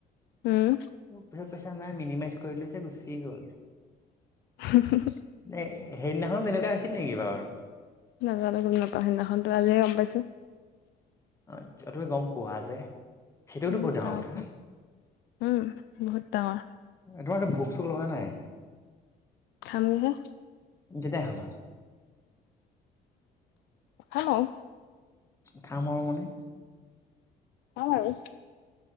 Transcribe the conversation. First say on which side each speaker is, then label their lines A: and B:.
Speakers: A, on the left; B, on the left.
A: উমঁ।
B: মোৰ পিছত পূইচা নাই, মিনিমাইজ কৰিলো যে গুচিয়ে গ'ল।
A: হুম-হুম।
B: এ' সেইদিনাখনো তেনেকুৱা আছিল নেকি বাৰু?
A: নাজােনো গম নাপাওঁ, সেইদিনাখনতো আজিহে গম পাইছো।
B: অ' তুমি গম পোৱা যে। সেইটোতো
A: উম
B: বহুত ডাঙৰ
A: পাওঁ
B: কথা।
A: পাওঁ উম বহুত ডাঙৰ
B: তোমাৰটো ভোক-চোক লগা নাই?
A: খাম'হে।
B: কেতিয়া খাবা?
A: হেল্ল',।
B: খাম আৰু মানে?
A: খাম আৰু।